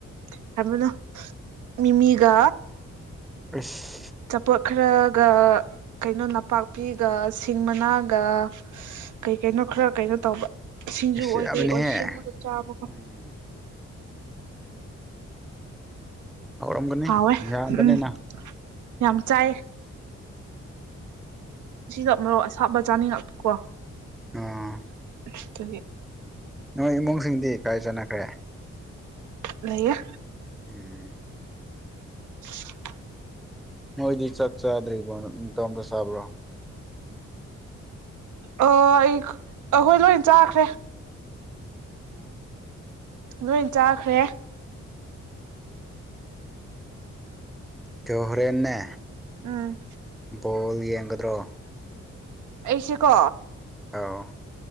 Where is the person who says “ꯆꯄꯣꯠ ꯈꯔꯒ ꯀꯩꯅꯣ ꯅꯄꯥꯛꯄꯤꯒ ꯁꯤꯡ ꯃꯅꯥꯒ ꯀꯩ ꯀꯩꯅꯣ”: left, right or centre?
Right